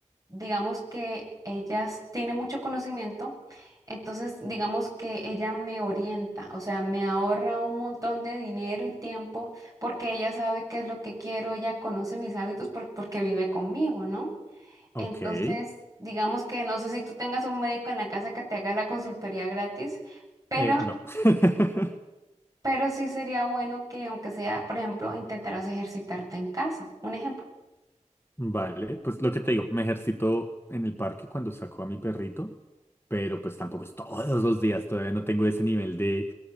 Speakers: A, on the right; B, on the left.
A: digamos que ella tiene mucho conocimiento, entonces digamos que ella me orienta, o sea, me ahorra un montón de dinero y tiempo porque ella sabe qué es lo que quiero, ella conoce mis hábitos por- porque vive conmigo, ¿no? Entonces,
B: Ok. Eh,
A: digamos que no sé si tú tengas un médico en la casa que te haga la consultoría gratis, pero,
B: no. <laughs>
A: pero sí sería bueno que aunque sea, por ejemplo, intentaras ejercitarte en casa, un ejemplo.
B: Vale, pues lo que te digo, me ejercito en el parque cuando saco a mi perrito, pero pues tampoco es todos los días, todavía no tengo ese nivel de,